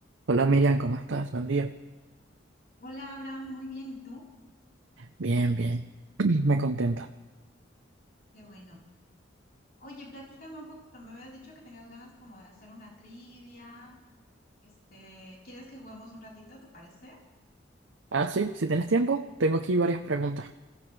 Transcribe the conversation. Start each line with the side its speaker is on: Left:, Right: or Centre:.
Right: Hola Miriam, ¿cómo estás? Buen día.
Left: Hola Abraham, muy bien, ¿y tú?
Right: Bien, bien. <clears throat> Me contenta.
Left: Qué bueno. Oye, platícame un poquito, me habías dicho que tenías ganas como de hacer una trivia, este, ¿quieres que juguemos un ratito, te parece?
Right: Ah, sí, si tienes tiempo, tengo aquí varias preguntas.